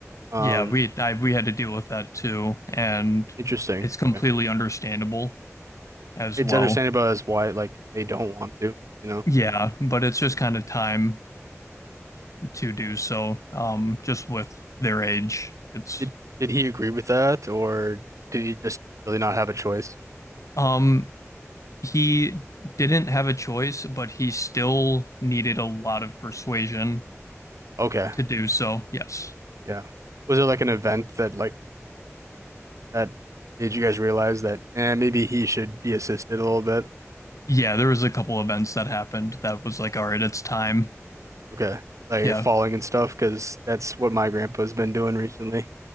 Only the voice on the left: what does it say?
Yeah, we I, we had to deal with that too, and
it's completely
understandable as
well.
Yeah, but it's just kind of time to do so. Um, just with their age, it's
um he didn't have a choice, but he still needed a lot of persuasion
to do so. Yes.
Yeah, there was a couple events that happened that was like, all right, it's time.
Yeah.